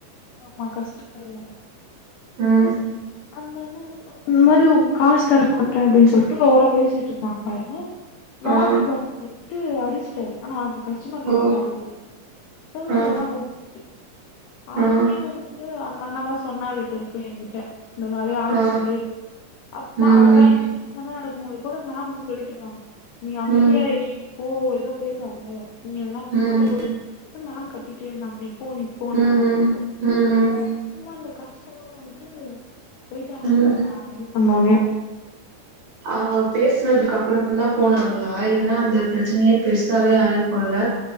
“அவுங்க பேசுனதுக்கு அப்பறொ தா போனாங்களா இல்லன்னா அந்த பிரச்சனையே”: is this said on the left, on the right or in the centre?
Right